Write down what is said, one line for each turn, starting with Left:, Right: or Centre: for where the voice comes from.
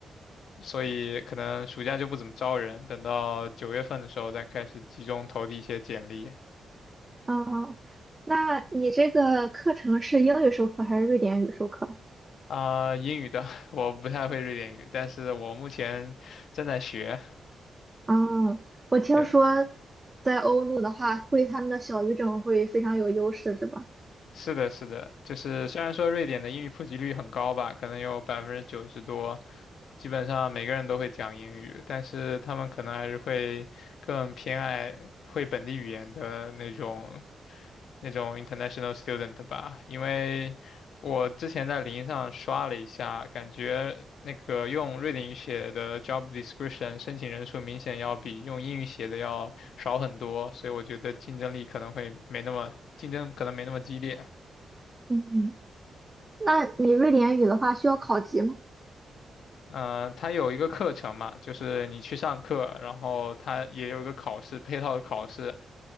Left: 所以可能暑假就不怎么招人，等到九月份的时候再开始集中投递一些简历。
Right: 哦，那你这个课程是英语授课还是瑞典语授课？
Left: 啊、英语的 <laughs> 我不太会瑞典语，但是我目前正在学。
Right: 哦，我听说
Left: 对，
Right: 在欧陆的话，会他们的小语种会非常有优势，是吧？
Left: 是的，是的，就是虽然说瑞典的英语普及率很高吧，可能有百分之九十多，基本上每个人都会讲英语，但是他们可能还是会更偏爱会本地语言的那种那种 international student 吧，因为我之前在零上刷了一下，感觉那个用瑞典语写的 job description 申请人数明显要比用英语写的要少很多，所以我觉得竞争力可能会没那么竞争可能没那么激烈。
Right: 嗯那你瑞典语的话需要考级吗？
Left: 嗯，它有一个课程嘛，就是你去上课，然后它也有一个考试，配套的考试，